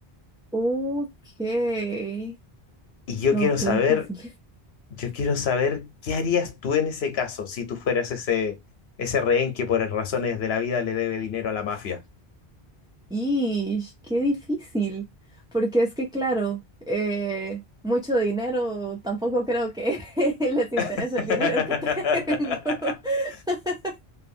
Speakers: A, in the centre; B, on the left.
A: ok.
B: Y yo
A: No,
B: quiero
A: qué
B: saber,
A: difícil.
B: yo quiero saber qué harías tú en ese caso si tú fueras ese, ese rehén que por razones de la vida le debe dinero a la mafia.
A: <laughs> Ish, qué difícil. Porque es que, claro, eh, mucho dinero, tampoco creo que <laughs> les interese
B: <laughs>
A: el dinero que tengo. <laughs>